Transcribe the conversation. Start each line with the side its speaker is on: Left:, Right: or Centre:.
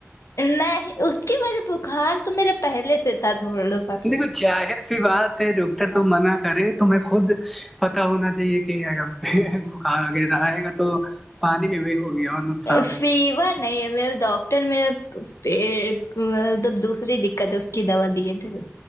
Left: نہیں اس کی وجہ بخار تو میرے پہلے سے تھا تھوڑا سا
Centre: دیکھو ظاہر سی بات ہے ڈاکٹر منع کرے تمہیں خود پتہ ہونا چاہیے کہ گا بخار وغیرہ آئے گا تو پانی میں بھی ہو گیا اور نقصان
Left: فیور نہیں میں ڈاکٹر میںب دوسری دقت ہے اس کی دوا دیے تھے اب